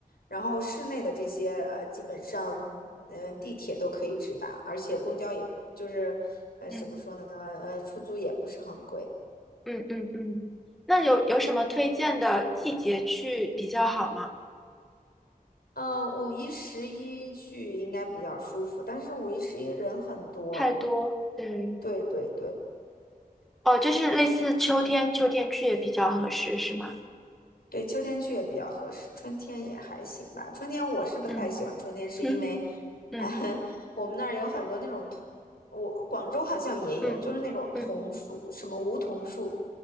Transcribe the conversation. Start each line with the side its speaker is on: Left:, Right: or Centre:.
Left: 然后市内的这些呃，基本上嗯、呃地铁都可以直达，而且公交也不就是呃怎么说呢呃出租也不是很贵。
Centre: 嗯，嗯嗯嗯。那有有什么推荐的季节去比较好吗？
Left: 嗯、五一十一去应该比较舒服，但是五一十一人很多。
Centre: 太多，对，
Left: 对对对。
Centre: 哦，就是类似秋天，秋天去也比较合适，是吗？
Left: 对，秋天去也比较合适，春天也还行吧。春天我是不太喜欢春天，
Centre: 嗯 <laughs>
Left: 是因为，
Centre: 哼嗯，
Left: 哎，<laughs> 我们那儿有很多那种桐，我广州好像也有，
Centre: 嗯
Left: 就是那种桐树，
Centre: 嗯，
Left: 什么梧桐树。